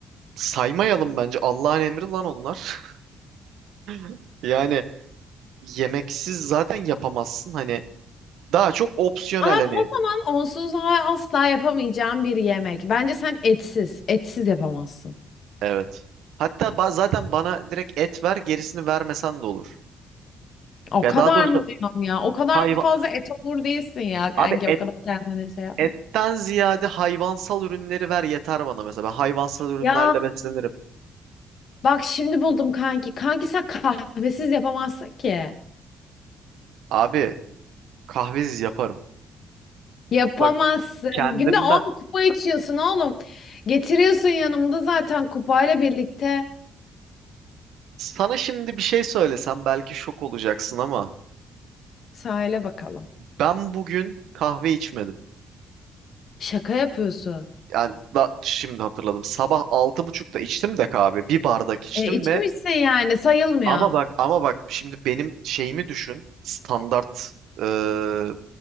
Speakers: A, on the right; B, on the left.
A: saymayalım bence. Allah'ın emri lan onlar. <laughs> Yani yemeksiz zaten yapamazsın. Hani Daha çok opsiyonel
B: Aa,
A: hani.
B: o zaman onsuz ha- asla yapamayacağım bir yemek. Bence sen etsiz, etsiz yapamazsın.
A: Evet. Hatta ba- zaten bana direkt et ver gerisini vermesen de olur.
B: O
A: Ya
B: kadar
A: daha doğrusu
B: mı diyorsun ya? O kadar
A: hayvan
B: fazla etobur değilsin ya kanki.
A: abi et
B: O kadar kendine şey yapma.
A: etten ziyade hayvansal ürünleri ver yeter bana mesela. Ben hayvansal ürünlerle
B: Ya
A: beslenirim.
B: bak şimdi buldum kanki. Kanki sen kahvesiz yapamazsın ki.
A: Abi kahvesiz yaparım.
B: Yapamazsın.
A: Bak kendimden
B: Günde 10 kupa içiyorsun oğlum. Getiriyorsun yanımda zaten kupayla birlikte.
A: sana şimdi bir şey söylesem belki şok olacaksın ama
B: Sahile bakalım.
A: ben bugün kahve içmedim.
B: Şaka yapıyorsun.
A: Yani da, şimdi hatırladım. Sabah altı buçukta içtim de kahve. Bir bardak içtim
B: E, içmişsin
A: ve
B: yani sayılmıyor.
A: Ama bak ama bak şimdi benim şeyimi düşün. Standart e,